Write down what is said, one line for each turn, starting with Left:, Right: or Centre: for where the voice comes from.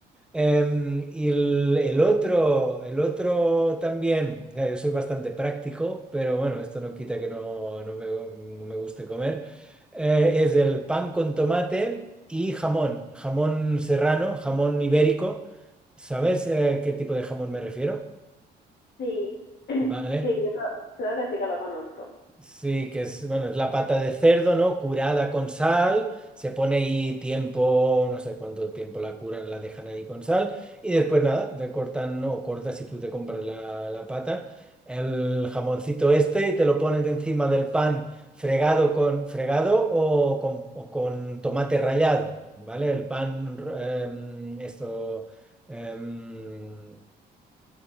Centre: Em, y el, el otro, el otro también, o yo soy bastante práctico, pero bueno, esto no quita que no, no me, no me guste comer, Eh, es el pan con tomate y jamón, jamón serrano, jamón ibérico. ¿Sabes, eh, qué tipo de jamón me refiero?
Left: Sí, <clears throat> sí,
Centre: Vale.
Left: yo creo, creo que sí que lo conozco.
Centre: Sí, que es, bueno, es la pata de cerdo, ¿no? Curada con sal, se pone ahí tiempo, no sé cuánto tiempo la curan, la dejan ahí con sal, y después nada, te cortan o cortas si tú te compras la, la pata, el jamoncito este y te lo pones encima del pan fregado con fregado o con, o con tomate rallado, ¿vale? El pan, em, esto, em,